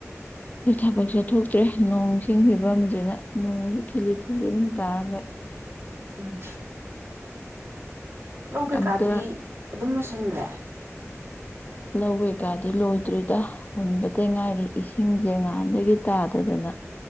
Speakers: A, on the left; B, on the right.
A: ꯑꯩ ꯊꯕꯛ ꯆꯠꯊꯣꯛꯇ꯭ꯔꯦ ꯅꯣꯡ ꯆꯤꯡ ꯐꯤꯕꯝꯁꯤꯗ ꯅꯣꯡꯁꯨ ꯊꯤꯜꯂꯤ ꯊꯤꯜꯂꯤ ꯑꯗꯨꯝ ꯇꯥꯔꯒ
B: ꯎꯝ ꯂꯧ ꯀꯩꯀꯥꯗꯤ
A: ꯑꯝꯇ
B: ꯑꯗꯨꯝ ꯂꯣꯏꯁꯤꯟꯈ꯭ꯔꯦ
A: ꯂꯧꯋꯦꯀꯥꯗꯤ ꯂꯣꯏꯗ꯭ꯔꯤꯗ ꯍꯨꯟꯕꯇ ꯉꯥꯏꯔꯤ ꯏꯁꯤꯡꯁꯦ ꯉꯍꯥꯟꯗꯒꯤ ꯇꯥꯗꯗꯅ